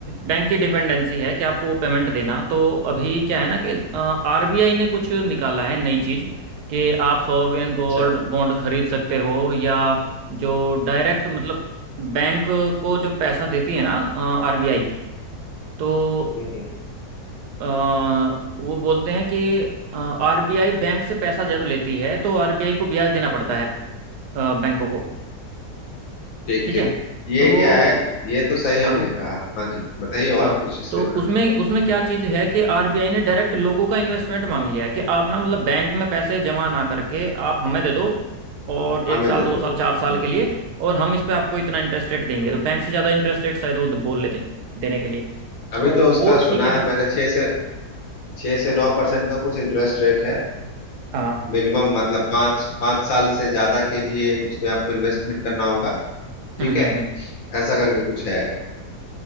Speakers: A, on the right (about 80°); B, on the left (about 60°).
A: बैंक की डिपेंडेंसी है कि आपको वो पेमेंट देना तो अभी क्या है ना कि आरबीआई ने कुछ निकाला है नई चीज कि आप सॉवरेन गोल्ड
B: अच्छा
A: बॉन्ड खरीद सकते हो या जो डायरेक्ट मतलब बैंक को जो पैसा देती है ना आरबीआई तो
B: हम्म हम्म
A: अ, वो बोलते हैं कि आरबीआई बैंक से पैसा जब लेती है तो आरबीआई को ब्याज देना पड़ता
B: हम्म,
A: है अ, बैंकों को
B: ठीक
A: ठीक
B: ठीक
A: है
B: ये
A: तो
B: क्या है ये तो सही
A: हाँ
B: आपने कहा हाँ जी बताइए
A: हाँ
B: और कुछ इसके
A: तो
B: बारे
A: उसमें
B: में
A: उसमें क्या चीज़ है कि आरबीआई ने डायरेक्ट लोगों का इन्वेस्टमेंट मांग लिया है कि आप ना मतलब बैंक में पैसे जमा ना करके आप हमें दे दो और एक
B: हाँ मैं
A: साल
B: दे
A: दो
B: दो
A: साल चार साल
B: बिल्कुल
A: के लिए और हम इस पे आपको इतना इंटरेस्ट रेट देंगे तो बैंक से ज़्यादा इंटरेस्ट रेट शायद वो बोल लेते देने के लिए
B: अभी
A: तो
B: तो उसका
A: वो
B: सुना
A: ठीक है क्या
B: है मैंने छह से छह से नौ परसेंट का कुछ इंटरेस्ट रेट है
A: हाँ
B: मिनिमम मतलब पाँच पाँच साल से ज्यादा के लिए उसमें आपको इन्वेस्टमेंट करना होगा ठीक
A: हम्म
B: है
A: हम्म हम्म
B: ऐसा करके कुछ है